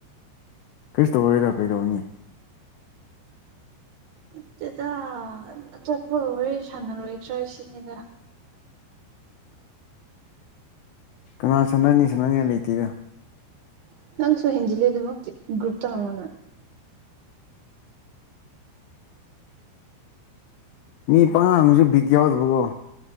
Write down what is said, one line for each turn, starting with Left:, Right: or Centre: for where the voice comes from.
Left: ꯀꯩꯁꯨ ꯇꯧꯔꯔꯣꯏꯗ ꯀꯩꯗꯧꯅꯤ
Right: ꯅꯠꯇꯦꯗꯥ ꯑꯇꯣꯞꯄꯒ ꯋꯥꯔꯤ ꯁꯥꯟꯅꯔꯣꯏꯗ꯭ꯔ ꯁꯤꯅꯤꯗ
Left: ꯀꯅꯥ ꯁꯥꯟꯅꯅꯤ ꯁꯥꯟꯅꯅꯤ ꯂꯩꯇꯦꯗ
Right: ꯅꯪꯁꯨ ꯍꯦꯟꯖꯂ ꯑꯗꯨ ꯃꯛꯇꯤ ꯒꯔꯨꯞꯇ ꯍꯪꯉꯣꯅ
Left: ꯃꯤ ꯄꯉꯥꯡꯁꯨ ꯕꯤꯗ ꯌꯥꯎꯗꯕꯀꯣ